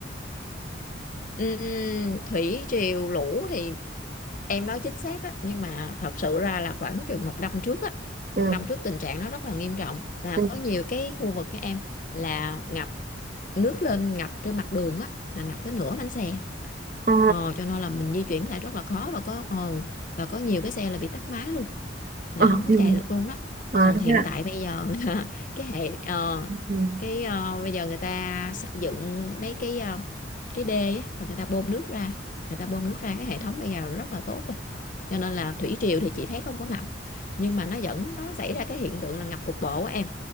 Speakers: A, on the left; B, on the right.
A: Ừm, thủy triều lũ thì em nói chính xác đó nhưng mà thật sự ra là khoảng chừng một năm trước á
B: Ừ.
A: một năm trước tình trạng nó rất là nghiêm trọng là
B: ừ.
A: có nhiều cái khu vực các em là ngập nước lên ngập trên mặt đường á là ngập tới nửa bánh xe
B: Ờ.
A: ờ, cho nên là mình di chuyển lại rất là khó và có ờ, và có nhiều cái xe là bị tắc máy luôn là
B: Ờ. <laughs>
A: không có
B: Ừ.
A: chạy được luôn đó
B: Ờ,
A: còn hiện
B: thế ạ.
A: tại bây giờ là <laughs> cái hệ ờ,
B: Ừ.
A: cái ờ, bây giờ người ta xây dựng mấy cái ờ, cái đê á, và người ta bơm nước ra người ta bơm nước ra cái hệ thống bây giờ rất là tốt rồi cho nên là thủy triều thì chị thấy không có ngập nhưng mà nó vẫn nó xảy ra cái hiện tượng là ngập cục bộ á em